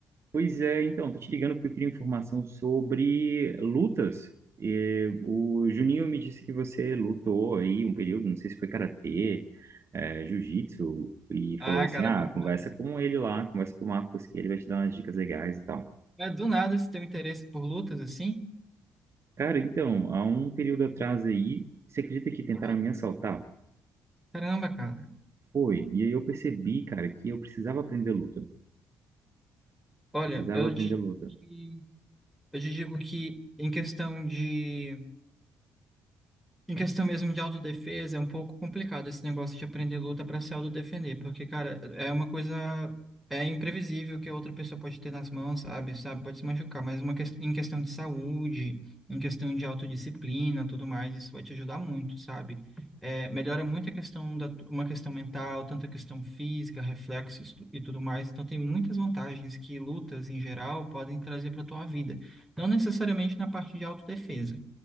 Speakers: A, on the right; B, in the centre.
A: Pois é, então, tô te ligando porque eu queria informação sobre lutas. E o Juninho me disse que você lutou aí um período, não sei se foi karatê, é, jiu-jitsu, e
B: Ah,
A: falou assim:
B: cara,
A: ah,
B: muito
A: conversa
B: mal.
A: com ele lá, conversa com o Marcos, que ele vai te dar umas dicas legais e tal.
B: É, do nada se tem interesse por lutas assim?
A: Cara, então, há um período atrás aí, você acredita que tentaram
B: Ah,
A: me assaltar?
B: Caramba, cara.
A: Foi, e aí eu percebi, cara, que eu precisava aprender luta.
B: Olha,
A: Precisava
B: eu
A: aprender
B: te
A: luta.
B: digo que, eu te digo que em questão de Em questão mesmo de autodefesa, é um pouco complicado esse negócio de aprender luta para se autodefender, porque, cara, é uma coisa. É imprevisível que a outra pessoa pode ter nas mãos, sabe? Sabe? Pode se machucar, mas uma ques- em questão de saúde, em questão de autodisciplina, tudo mais, isso vai te ajudar muito, sabe? É, melhora muito a questão da uma questão mental, tanto a questão física, reflexos tu- e tudo mais. Então tem muitas vantagens que lutas em geral podem trazer para tua vida, não necessariamente na parte de autodefesa,